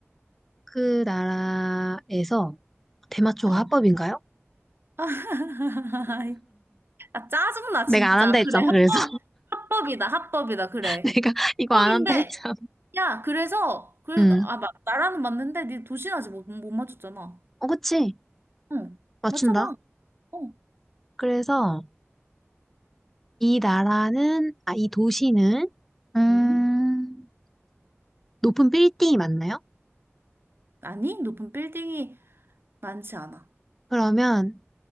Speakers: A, in the centre; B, on the right.
A: 그 나라에서 대마초가
B: 어.
A: 합법인가요?
B: <laughs> 아, 짜증나,
A: 내가
B: 진짜.
A: 안 한다 했잖아.
B: 그래, 합법,
A: 그래서
B: 합법이다, 합법이다, 그래.
A: <laughs> 내가 이거
B: 합법인데,
A: 안 한다 했잖아.
B: 야, 그래서, 그래,
A: 음,
B: 아, 마, 나라는 맞는데, 네 도시나지 못, 못 맞췄잖아.
A: 어 그치?
B: 응,
A: 맞춘다.
B: 맞춰봐. 어,
A: 그래서 이 나라는, 아, 이 도시는 음,
B: 응?
A: 높은 빌딩이 맞나요?
B: 아니, 높은 빌딩이 많지 않아.
A: 그러면